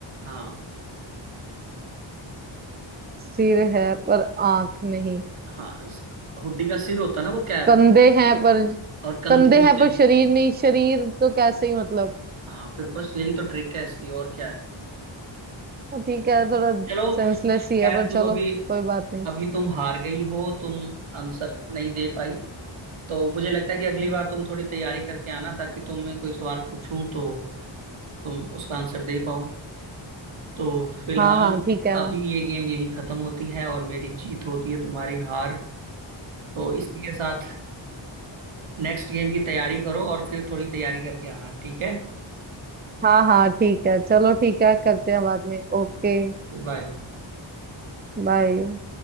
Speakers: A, on the right (about 85°); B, on the right (about 20°).
A: हाँ
B: सिर है पर आंख नहीं
A: हाँ इस- हुडी का सिर होता है ना वो कैप
B: कंधे हैं पर
A: और कंधे
B: कंधे
A: होते
B: हैं पर
A: हैं
B: शरीर नहीं शरीर तो कैसे ही मतलब
A: हाँ फिर बस यही तो ट्रिक है इसकी और क्या है
B: हाँ, ठीक है थोड़ा
A: चलो
B: सेंसलेस
A: खैर
B: ही है पर
A: तुम
B: चलो
A: अभी
B: कोई बात नहीं
A: अभी तुम हार गई हो तुम आंसर नहीं दे पाई तो मुझे लगता है कि अगली बार तुम थोड़ी तैयारी करके आना ताकि तुम्हें कोई सवाल पूछूं तो तुम उसका आंसर दे पाओ तो फिलहाल
B: हाँ हाँ ठीक है
A: अभी
B: <laughs>
A: ये गेम यही खत्म होती है और मेरी जीत होती है तुम्हारी हार तो इसी के साथ नेक्स्ट गेम की तैयारी करो और फिर थोड़ी तैयारी करके आना ठीक है
B: हाँ हाँ ठीक है चलो ठीक है करते हैं बाद में Okay
A: बाय
B: bye